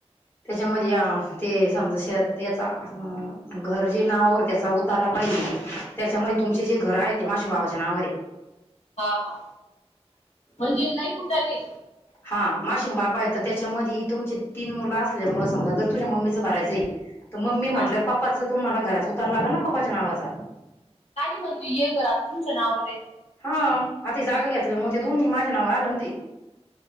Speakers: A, on the left; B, on the left.
A: त्याच्यामध्ये या ते समजा शेअर त्याचाअसणार घर जे नावर त्याचा उ तरा पाहिजे त्याच्यामुळे तुमचे जे घर आहे ते माशमबाबाच्या नावावर आहे.
B: हा हा म्हणजे नाही लय कुठं नाही.
A: हा माशिंग बाबा येत. तर त्याच्यामध्ये तुमचे तीन मुलं असल्यामुळे समजा जर तुझ्या मम्मीचं भरायचं आहे तर मम्मी
B: हा
A: म्हटल्यावर पप्पाचं तुम्हाला घराचा उतार लागल ना पप्पाच्या नावाचा.
B: आणि म्हणजे ये घर आता तुमच्या नावावर आहे.
A: हा आता जागा घेतल्या म ते दोन्ही माझ्या नावावर आलं ना ते.